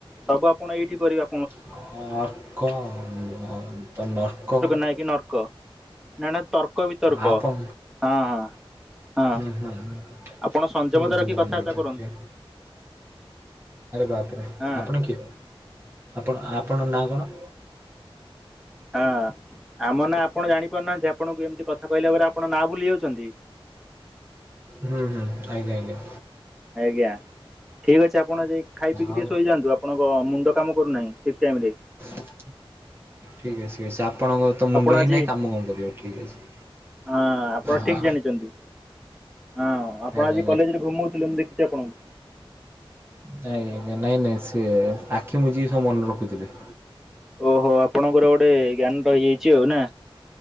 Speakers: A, in the centre; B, on the right (about 25°).
A: ସବୁ ଆପଣ ଏଇଠି କରିବା
B: <unintelligible>
A: ଯାଇକି ନର୍କ ନା ନା ତର୍କ ବିତର୍କ
B: ଆପଣ
A: ହଁ ହଁ ହିଁ।
B: ହୁଁ ହୁଁ।
A: ଆପଣ ସଂଯମତା
B: ବୁଝିଲି
A: ରଖିକି କଥାବାର୍ତ୍ତା
B: ବୁଝିଲି
A: କରନ୍ତୁ।
B: ଆରେ ବାପରେ
A: ହଁ
B: ଆପଣ କିଏ ଆପଣ ଆ ଆପଣ ନାଁ କଣ?
A: ହିଁ। ଆମ ନା ଆପଣ ଜାଣିପାରୁନାହାନ୍ତି ଆପଣଙ୍କୁ ଏମିତି କଥା କହିଲା ପରେ ଆପଣ ନାଁ ଭୁଲି ଯାଉଛନ୍ତି।
B: ହୁଁ ହୁଁ ଆଜ୍ଞା ଆଜ୍ଞା।
A: ଆଜ୍ଞା ଠିକ୍ ଅଛି ଆପଣ ଯାଇକି ଖାଇ ପିିକି
B: ଆଉ
A: ଟିକେ ଶୋଇଯାଆନ୍ତୁ ଆ ଆପଣଙ୍କ ମୁଣ୍ଡ କାମ କରୁନାହିଁ ଠିକ୍ ଟାଇମ ରେ।
B: ହିଁ ଠିକ୍ ଅଛି ଠିକ୍ ଅଛି ଆପଣଙ୍କ ତ ମୁଣ୍ଡ
A: ଆପଣ
B: ହିଁ
A: ଆଜି
B: ନାହିଁ କାମ କଣ କରିବ ଠିକ୍ ଅଛି।
A: ହଁ ଆପଣ
B: ହଁ
A: ଠିକ୍ ଜାଣିଛନ୍ତି। ହଁ ଆପଣ
B: ଆଜ୍ଞା
A: ଆଜି କଲେଜ ରେ ଘୁମଉଥିଲେ ମୁଁ ଦେଖିଛି ଆପଣଙ୍କୁ।
B: ନାଇଁ ଆଜ୍ଞା ନାଇଁ ନାଇଁ ସିଏ ଆଖି ମୁଝିକି ସବୁ ମନେ ରଖୁଥିଲି।
A: ଓହୋ ଆପଣଙ୍କର ଗୋଟେ ଜ୍ଞାନ ରହିଯାଇଛି ଆଉ ନା।